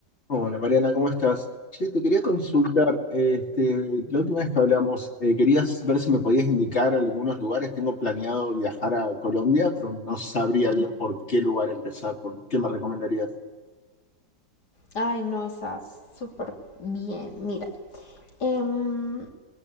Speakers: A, on the left; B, on the left.
A: Hola Mariana, ¿cómo estás? Che, te quería consultar, este, la última vez que hablamos, eh, querías ver si me podías indicar algunos lugares. Tengo planeado viajar a Colombia, pero no sabría bien por qué lugar empezar, por qué me recomendarías.
B: Ay, no, está súper bien. Mira, em,